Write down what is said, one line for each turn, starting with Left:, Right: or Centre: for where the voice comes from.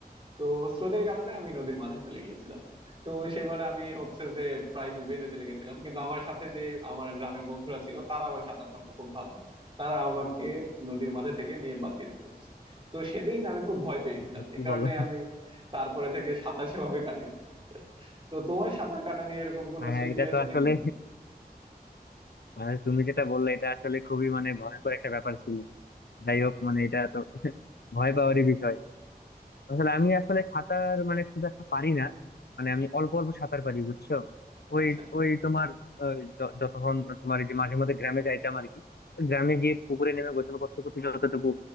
Right: তো স্রোতের কারণে আমি নদীর মাঝে চলে গিয়েছিলাম তো সেবার আমি হচ্ছে যে প্রায় ডুবে যেতে লেগেছিলাম কিন্তু আমার সাথে যে আমার গ্রামের বন্ধুরা ছিল তারা আবার সাঁতার পারতো খুব ভালো তারা আমাকে নদীর মাঝে থেকে নিয়ে বাঁচিয়েছিল তো সেদিন আমি খুব ভয় পেয়েছিলাম
Left: ভাই, কি
Right: এ কারণে
Left: বলো
Right: আমি তারপরে থেকে সাঁতার সেভাবে কাটি না তো তোমার সাঁতার কাটা নিয়ে এরকম কোনো
Left: হ্যাঁ হ্যাঁ,
Right: স্মৃতি
Left: এটা
Right: আছে
Left: তো আসলে
Right: নাকি
Left: আর তুমি যেটা বললে এটা আসলে খুবই মানে ভয়ঙ্কর একটা ব্যাপার ছিল যাই হোক মানে এটা তো ভয় পাওয়ারই বিষয় আসলে আমি আসলে সাঁতার মানে খুব একটা পারি না মানে আমি অল্প অল্প সাঁতার পারি বুঝছো ওই
Right: আচ্ছা
Left: ওই তোমার আহ, য- যতক্ষণ তোমার এই যে মাঝে মধ্যে গ্রামে যাইতাম আর কি ওই গ্রামে গিয়ে পুকুরে নেমে গোসল করতে করতে যতটুকু